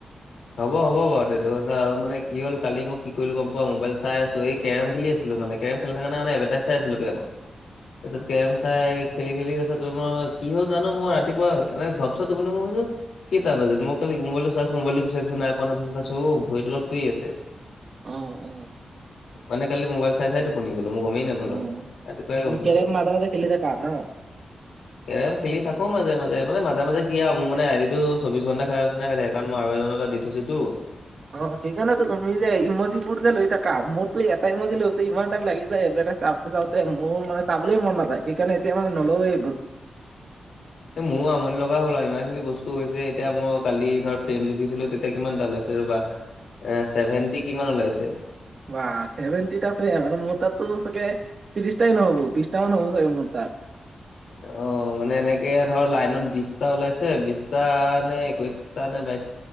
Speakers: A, on the left; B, on the right.
A: হ'ব হ'ব বাৰু এইটো কথা আৰু মানে কি হ'ল কালি মই কি কৰিলো গম পোৱা মোবাইল চাই আছো এই কেৰম খেলি আছিলো মানে, কেৰম খেলি থাকা নাই মানে এডৰ্ভাটাইজ চাই আছিলো কেৰমত তাৰপিছত কেৰম চাই খেলি খেলি তাৰপিছতো কি হল জানো মই ৰাতিপুৱা এনে ঘপছা টোপনি মই ভাবিছোঁ কেইটা বাজিল, মই কালি মোবাইলটো চাইছো মোবাইলটো বিচাৰি ফুৰিছোঁ নাই পোৱা নহয় তাৰ পাছত চাইছো অ ভৰিৰ তলত পৰি আছে।
B: অঁ অঁ
A: মানে কালি মোবাইল চাই চাই টোপনি গলো মই গমেই নাপালো।
B: উম
A: ৰাতিপুৱাহে
B: তুমি
A: গম পাইছো।
B: কেৰম মাজে মাজে খেলি থাকা ন?
A: কেৰম খেলি থাকো মাজে মাজে মানে মাজে মাজে কি আৰু মোৰ মানে আই দিটো চৌবিশ ঘণ্টা খেলা নিচিনা হৈ থাকে কাৰণ মই আৰু এজনৰ তাত দি- থৈছো টো।
B: অ সেইকাৰণেতো তুমি যে ইমজিবোৰ যে লৈ থাকা, মোৰতো এটা ইমজি লৈ থাকোতে ইমান টাইম লাগি যায় এডৰ্ভাটাইজ চাও চাওঁতে মোৰ মানে চাবলৈ মন নাযায় সেইকাৰণে, এতিয়া মানে নলয়ে সেইবোত।
A: এ মোৰো আমনি লগা হ'ল আৰু ইমান খিনি বস্তু হৈছে এতিয়া মই কালি ধৰ ফ্ৰেম জুখিছিলো তেতিয়া কিমানটা ওলাইছ- যে ৰবা এ চেভেণ্টি কিমান ওলাইছে।
B: ৱা চেভেনটিটা ফ্ৰেম আৰু মোৰ তাতটো চাগে ত্ৰিশটাই নহব বিশটা মান হব চাগে মোৰ তাত।
A: অ মানে এনেকে ধৰ লাইনত বিশটা ওলাইছে বিশটা নে একৈশ টা নে বাইশ